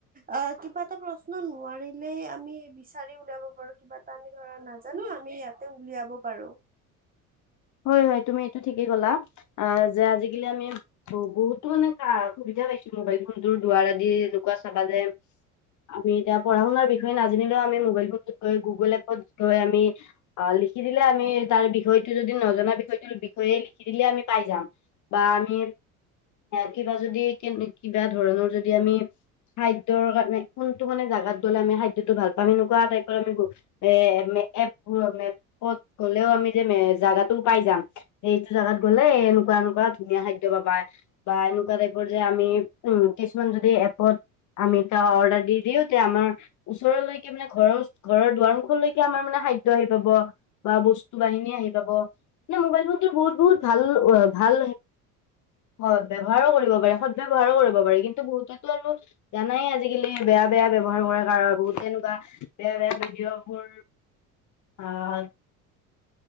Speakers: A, on the right; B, on the left.
A: আহ কিবা এটা প্ৰশ্ন নোৱাৰিলেই আমি বিচাৰি উলিয়াব পাৰো কিবা এটা আমি ধৰা না জানো আমি ইয়াতে উলিয়াব পাৰো।
B: হয় হয়, তুমি এইটো ঠিকেই কলা আ যে আজি <unintelligible> আমি বহুতো মানে <unintelligible> সুবিধা পাইছো মোবাইল ফোন দ্বাৰা আদি চাবা যে আমি এতিয়া পঢ়া শুনাৰ বিষয়ে নাযানিলেও আমি মোবাইল ফোনটোত গৈ গুগল এপত গৈ আমি অ লিখি দিলে আমি তাৰ বিষয়টো য আমাৰ বিষয়টো বিষয়ে লিখি দিলে আমি পাই যাম বা আমি কিবা যদি কিবা ধৰণৰ যদি আমি খাদ্যৰ কাৰনে কোনটো মানে জাগাত গ'লে আমি খাদ্যটো ভাল পাম সেনেকুৱা টাইপৰ আমি <unintelligible> হ'লেও আমি যে মে পাই যাম যে এইটো জাগাত গ'লে এনেকুৱা এনেকুৱা ধুনীয়া খাদ্য পাবা বা এনেকুৱা টাইপৰ যে আমি উ - কিছুমান যদি এপত আমি এ অৰ্ডাৰ দি দিও তে আমাৰ ওচৰলৈকে মানে ঘৰৰ - ঘৰৰ দুৱাৰমুখলৈকে আমাৰ মানে খাদ্য আহি পাব বা বস্তু বাহিনী আহি পাব বা। এনে মোবাইল ফোনটোত বহুত বহুত ভাল - ও - ভাল হয় ব্যৱহাৰো কৰিব পাৰি, সদ-ব্যৱহাৰো কৰিব পাৰি কিন্তু বহুতে আৰু জানাই আজিকালি বেয়া বেয়া ব্যৱহাৰ কৰা কাৰ বোৰ বহুতে এনেকুৱা বেয়া বেয়া ভিডিঅ'বোৰ অ'।